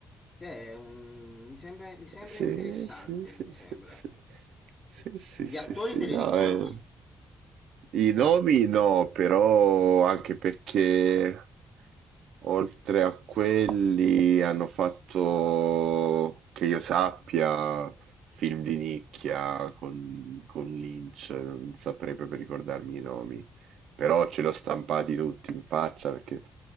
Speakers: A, on the left (about 30°); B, on the right (about 75°).
A: cioè, è un- mi sembra, mi sembra
B: Sì,
A: interessante,
B: sì, sì,
A: mi sembra.
B: sì, sì, sì, sì,
A: Gli
B: sì,
A: attori
B: sì.
A: te li
B: no,
A: ricordi?
B: eh. I nomi no, però anche perché oltre a quelli hanno fatto, che io sappia, film di nicchia con, con Lynch, non saprei proprio ricordarmi i nomi, però ce l'ho stampati tutti in faccia perché